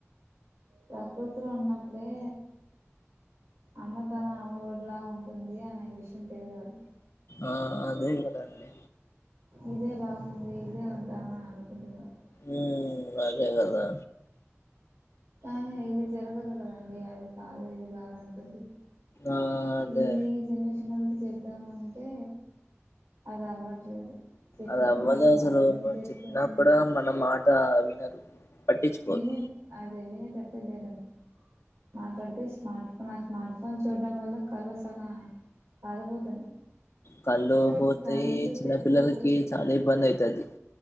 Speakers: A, on the right; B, on the left.
A: ప్రకృతిలో ఉన్నప్పుడే అమ్మతనం అమ్మఒడిలా ఉంటుంది అనే విషయం తెలియదు వాళ్ళకి.
B: ఆ అదే కదండీ.
A: ఇదే బాగుంది ఇదే ఉంటామ అనుకుంటున్నరు.
B: ఉ అదే కదా.
A: కానీ ఇది జరగదు కదండి అది కాదు ఇది కాదు అంటుంది
B: ఆ అదే
A: వీరి ఈ జనరేషన్ వొళ్ళ జల్ వద్దామంటే అది అవ్వట్లేదు చెప్పినా
B: అది అవ్వదు
A: వాళ్ళు
B: అసలు
A: అర్థం
B: మనం
A: చేసుకునే
B: చెప్పినా కూడా మన మాట వినరు పట్టించుకోరు
A: వినె అదే వినే తట్టెలేరండి. మాట్లాడితే స్మార్ట్ ఫోన్ ఆ స్మార్ట్ ఫోన్ చూడటడం వల్ల కల్లు సగం కాలిపోతున్నాయి
B: కళ్ళు
A: చూపు
B: పోతయి
A: కాంతి చూపు
B: చిన్న
A: ఎక్కువ
B: పిల్లలకి చాలా ఇబ్బంది అయితది.